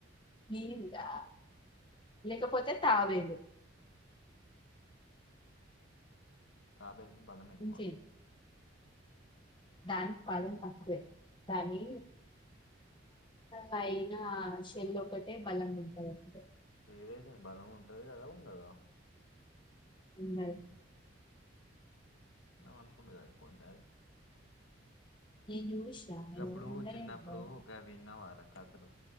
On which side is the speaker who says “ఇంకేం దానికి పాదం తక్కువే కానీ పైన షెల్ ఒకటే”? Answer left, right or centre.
Left